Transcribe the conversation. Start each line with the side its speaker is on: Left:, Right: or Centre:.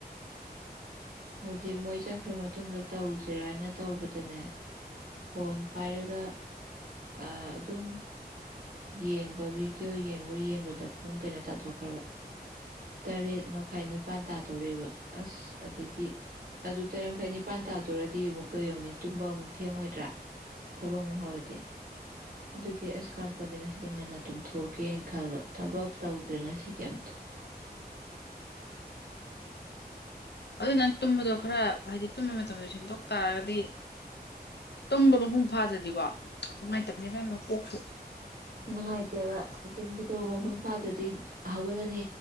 Right: ꯍꯧꯖꯤꯛ ꯃꯣꯏ ꯆꯠꯈ꯭ꯔ ꯃꯇꯨꯡꯗ ꯇꯧꯁꯤꯔꯥ ꯍꯥꯏꯅ ꯇꯧꯕꯗꯅꯦ ꯐꯣꯟ ꯄꯥꯏꯔꯒ ꯑꯗꯨꯝ ꯌꯦꯡꯕ ꯚꯤꯗꯤꯑꯣ ꯌꯦꯡꯕ ꯌꯦꯡꯕꯗ ꯄꯨꯡ ꯀꯩꯅꯣ ꯇꯥꯊꯣꯛꯈ꯭ꯔꯕ ꯇꯔꯦꯠ ꯃꯈꯥꯏ ꯅꯤꯄꯥꯟ ꯇꯥꯗꯧꯔꯦꯕ ꯑꯁ ꯑꯗꯩꯗꯤ ꯑꯗꯨ ꯇꯔꯦꯠ ꯃꯈꯥꯏ ꯅꯤꯄꯥꯟ ꯇꯥꯗ‌ꯣꯔꯗꯤ ꯑꯃꯨꯛꯀ ꯌ‌ꯦꯡꯉ‌ꯣꯅꯦ ꯇꯨꯝꯕ ꯑꯃꯨꯛ ꯊꯦꯡꯉꯣꯏꯗ꯭ꯔ ꯊꯕꯛ ꯑꯃꯨꯛ ꯍꯧꯔꯗꯤ ꯑꯗꯨꯒꯤ ꯑꯁ ꯀꯥꯟꯄ‌ꯣꯟꯇ‌ꯦ ꯉꯁꯤꯗꯤ ꯉꯟꯅ ꯇꯨꯝꯊꯣꯛꯑꯒꯦꯅ ꯈꯜꯂꯕ ꯊꯕꯛ ꯇꯧꯗ꯭ꯔꯦ ꯉꯁꯤꯒꯤ ꯑꯝꯇ
Left: ꯑꯗꯨ ꯅꯪ ꯇꯨꯝꯕꯗꯣ ꯈꯔ ꯍꯥꯏꯗꯤ ꯇꯨꯝꯕ ꯃꯇꯝꯗꯣ ꯁꯦꯝꯗꯣꯛ ꯇꯥꯔꯒꯗꯤ ꯇꯨꯝꯕ ꯃꯄꯨꯡ ꯐꯥꯗ꯭ꯔꯗꯤꯀꯣ ꯅꯨꯡꯉꯥꯏꯇꯕꯅꯦꯕ ꯌꯥꯝꯅ ꯀꯣꯛꯁꯨ
Right: ꯅꯨꯡꯉꯥꯏꯇꯦꯕ ꯇꯨꯝꯕꯗꯣ ꯃꯄꯨꯡ ꯐꯥꯗ꯭ꯔꯗꯤ ꯍꯧꯒꯠꯂꯅꯤ